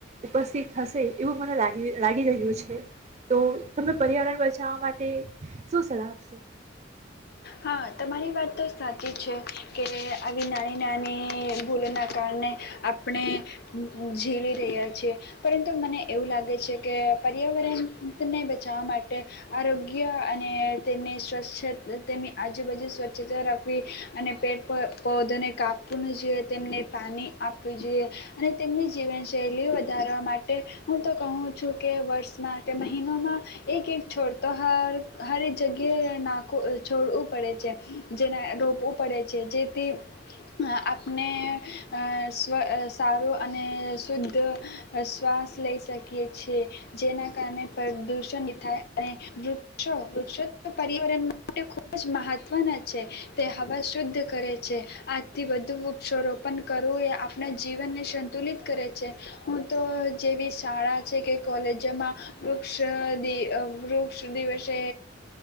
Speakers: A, on the right; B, on the left.
A: ઉપસ્થિત થશે એવું મને લાગી રહ્યું છે તો તમે પર્યાવરણ બચાવવા માટે શું સલાહ આપશો
B: હા તમારી વાત તો સાચી છે કે આવી નાની નાની ભૂલોના કારણે આપણે ઝીલી રહ્યા છીએ પરંતુ મને એવું લાગે છે કે પર્યાવરણને બચાવવા માટે આરોગ્ય અને તેમની સ્વચ્છ તેની આજુબાજુ સ્વચ્છતા રાખવી અને પેટ પૌધોને કાપવુંનું જોઈએ તેમને પાણી આપવી જોઈએ અને તેમની જીવનશૈલી વધારે કરવા માટે હું તો કહું છું કે વર્ષમાં કે મહિનોમાં એક એક છોડ ત્યોહાર દરેક જગ્યા ના કો છોડું પડે છે જેના રોપો. પડે છે જે તે. અ આપણે. અ સારો અને શુદ્ધ શ્વાસ લઈ શકીએ છીએ જેના કારણે પ્રદુષણ થાય અને વૃક્ષો વૃક્ષો પર્યાવરણ. માટે ખૂબ જ મહત્વના છે તે હવા શુદ્ધ કરે છે આજથી વધુ વૃક્ષ રોપણ કરવું એ આપણા જીવનને સંતુલિત કરે છે હું તો જેવી શાળા છે કે કોલેજમાં વૃક્ષ વૃક્ષ દિવસે.